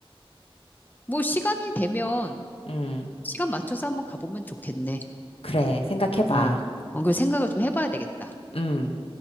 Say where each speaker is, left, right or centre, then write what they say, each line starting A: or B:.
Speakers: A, on the left; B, on the left.
A: 뭐 시간이 되면
B: 음.
A: 시간 맞춰서 한번 가보면 좋겠네.
B: 그래, 생각해봐.
A: 어, 어, 그 생각을 좀 해봐야 되겠다.
B: 음.